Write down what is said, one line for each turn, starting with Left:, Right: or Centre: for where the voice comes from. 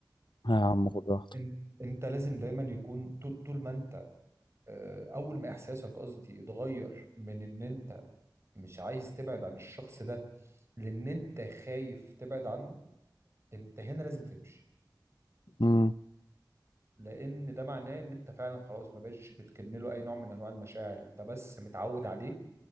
Left: يا عم خد راحتك
Right: انت انت لازم دايما يكون طول طول ما انت آه، اول ما احساسك قصدي يتغير من ان انت مش عايز تبعد عن الشخص ده لان انت خايف تبعد عنه انت هنا لازم تمشي
Left: امم
Right: لان ده معناه ان انت فعلا خلاص ما بقتش بتكن له اي نوع من انواع المشاعر انت بس متعود عليه